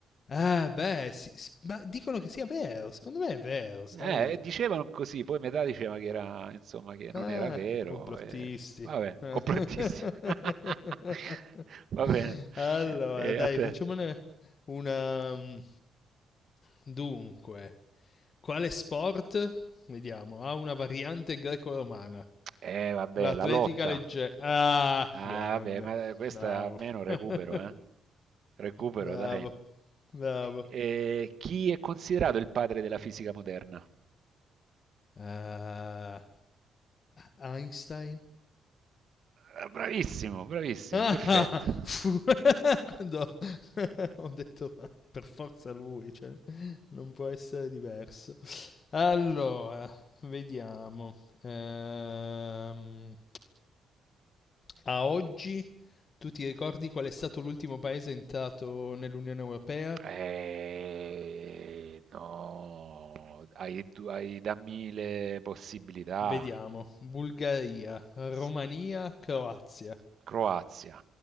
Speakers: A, on the left; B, on the right.
A: Ah, beh, sì, s- ma dicono che sia vero, secondo me è vero, sai?
B: Eh, dicevano così, poi metà diceva che era, insomma, che non
A: Ah,
B: era vero.
A: i complottisti.
B: e- Vabbè,
A: <laughs>
B: complottissimo. <laughs> Va bene.
A: Allora,
B: E
A: dai,
B: a te.
A: facciamone una... mm, Dunque, quale sport? Vediamo, ha una variante greco-romana.
B: Eh, vabbè,
A: L'atletica
B: la lotta.
A: leggera. Ah,
B: Ah,
A: grande.
B: vabbè, ma questa
A: Bravo.
B: almeno recupero,
A: <laughs>
B: eh. Recupero,
A: Bravo.
B: dai.
A: Bravo.
B: Eh, chi è considerato il padre della fisica moderna?
A: eh, Einstein.
B: Ah, Bravissimo, bravissimo,
A: Ah,
B: perfetto.
A: fu- <laughs> quando <laughs> ho detto ma per forza lui, cioè, non può essere diverso. Allora, vediamo. Ehm, a oggi tu ti ricordi qual è stato l'ultimo paese entrato nell'Unione Europea?
B: Eh, no, hai, du- hai dammi le possibilità.
A: Vediamo. Bulgaria, Romania,
B: S-
A: Croazia.
B: Croazia.